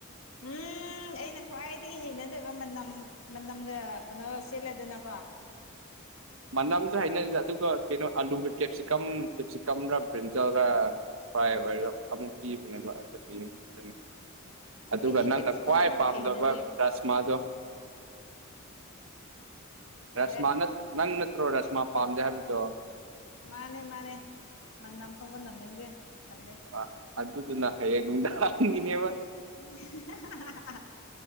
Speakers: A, on the left (about 75°); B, on the right (about 70°).
A: <unintelligible> ꯑꯩꯅ ꯈ꯭ꯋꯥꯏꯗꯒꯤ ꯍꯩꯅꯗꯕ ꯃꯅꯝ ꯃꯅꯝꯒ ꯀꯩꯅꯣ ꯆꯦꯠꯂꯗꯅꯀꯣ꯫
B: ꯃꯅꯝꯁꯨ ꯍꯥꯏꯅꯗꯦꯗ ꯑꯗꯨꯒ ꯀꯩꯅꯣ ꯑꯂꯨꯒ ꯀꯦꯞꯁꯤꯀꯝ ꯀꯦꯞꯁꯤꯀꯝꯔ ꯕ꯭ꯔꯤꯟꯖꯜꯔꯥ ꯐ꯭ꯔꯥꯏ ꯑꯣꯏꯔꯒ ꯑꯃꯨꯛ ꯄꯤꯕꯅꯦꯕ ꯑꯗꯨꯅ ꯑꯗꯨꯒ
A: ꯑꯩꯗꯤ
B: ꯅꯪꯅ
A: ꯀꯦꯞꯁꯤꯀꯝꯁꯨ
B: ꯈ꯭ꯋꯥꯏ ꯄꯥꯝꯗꯕ
A: ꯍꯩꯅꯗꯦ
B: ꯔꯁꯃꯥꯗꯣ꯫
A: ꯇꯜꯂꯦ
B: ꯔꯁꯃꯥ ꯅꯠ ꯅꯪ ꯅꯠꯇ꯭ꯔꯣ ꯔꯥꯁꯃꯥ ꯄꯥꯝꯗꯦ ꯍꯥꯏꯕꯗꯣ꯫
A: ꯃꯥꯅꯦ-ꯃꯥꯅꯦ ꯃꯅꯝ ꯐꯧꯕ ꯅꯝꯅꯤꯡꯗꯦ ꯇꯜꯂꯦ꯫
B: ꯑ ꯑꯗꯨꯗꯨ ꯅ ꯍꯌꯦꯡ ꯅꯨꯡꯗꯒꯤꯅꯦꯕ꯫
A: <unintelligible>